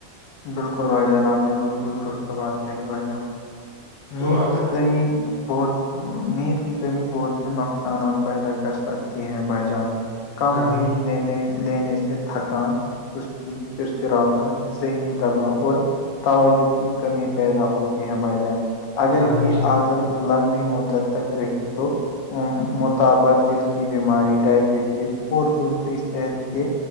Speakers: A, on the left; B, on the left.
A: بالکل بھائی جان آپ نے بالکل درست بات کہی بھائی جان
B: تو
A: نیند
B: آپ بتائیے
A: کمی بہت نیند کی کمی بہت سے نقصانات پیدا کر سکتے ہیں بھائی جان کم
B: ہاں بھائی
A: نیل لینے سے تھکان سستی چرچراپن ذہنی دباؤ اور توجہ کی کمی پیدا ہوتی ہیں بھائی جان اگر
B: ہاں بھائی
A: یہ
B: جان
A: عادت لمبی مدت تک رہی تو مطبہ دل کی بیماری ڈائبٹیز اور دوسری صحت کے